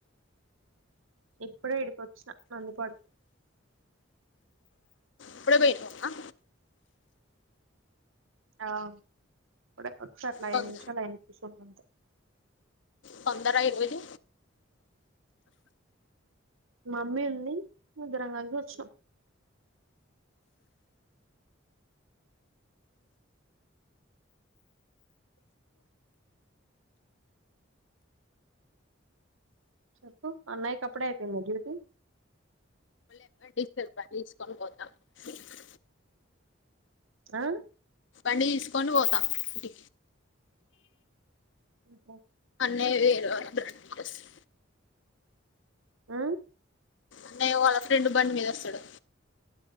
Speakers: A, on the right; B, on the left.
A: ఇప్పుడే ఈడికోచ్చినా నంది కాడ్కి
B: అప్పుడేపోయినవా
A: ఆ ఇప్పుడే వచ్చి అట్లా
B: తొంద
A: ఐదు నిమిషాలైంది. కుసోని అంతే
B: తొందర ఈ రోజు
A: మమ్మీ ఉంది. ముగ్గురం కలిసొచ్చినం. చెప్పు అన్నయ కప్పుడే అయిపోయిందా డ్యూటీ
B: <unintelligible> బండి తీసుకొని పోతా ఇంటికి
A: ఆ
B: బండి తీసుకొని పోతా ఇంటికి
A: మ్. పో
B: అన్నయ్య వేరు <unintelligible>
A: ఆ
B: అన్నయ్య వాళ్ళ ఫ్రెండ్ బండి మీదోస్తడు.